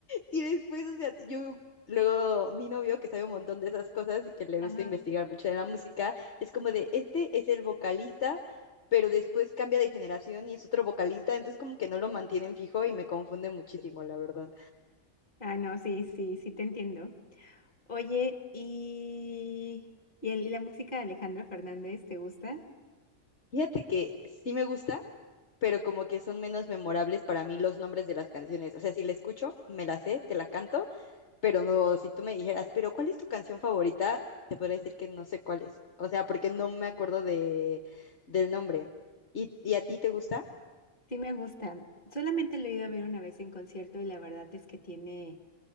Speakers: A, on the left; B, on the left.
A: Y después, o sea, yo, luego mi novio que sabe un montón de esas cosas y que le
B: Ajá.
A: gusta investigar mucho de la música, es como de, este es el vocalista, pero después cambia de generación y es otro vocalista, entonces como que no lo mantienen fijo y me confunde muchísimo, la verdad.
B: Ah, no, sí, sí, sí te entiendo. Oye, ¿y, y el- la música de Alejandro Fernández te gusta?
A: Fíjate que sí me gusta, pero como que son menos memorables para mí los nombres de las canciones. O sea, si la escucho, me la sé, te la canto, pero no, si tú me dijeras, pero ¿cuál es tu canción favorita? Te podría decir que no sé cuál es. O sea, porque no me acuerdo de, del nombre. ¿Y, y a ti te gusta?
B: Sí me gusta. Solamente lo he ido a ver una vez en concierto y la verdad es que tiene,